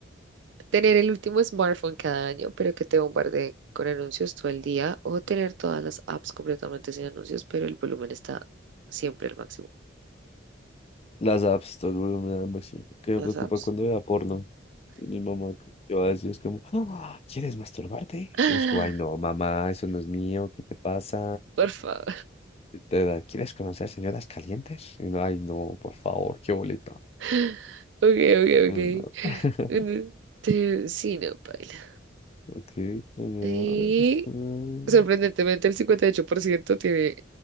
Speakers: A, on the right; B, on the left.
A: Tener el último smartphone cada año, pero que te bombardee con anuncios todo el día, o tener todas las apps completamente sin anuncios, pero el volumen está siempre al máximo.
B: Las apps, todo el volumen al máximo. Que me
A: Las
B: preocupa
A: apps.
B: cuando vea porno. Y Mi mamá yo así es como, "Ah, ¿quieres masturbarte?
A: <gasps>
B: Y es como, ay no,
A: <laughs>
B: mamá, eso no es mío, ¿qué te pasa?
A: Por favor.
B: Y te da, ¿Quieres conocer señoras calientes? Y no, ay no, por favor, qué boleta.
A: <laughs> Ok, ok,
B: Mm,
A: ok. <laughs>
B: <laughs>
A: Mm, te- Sí, no, paila.
B: Ok, mm,
A: Y
B: mm,
A: sorprendentemente el 58% tiene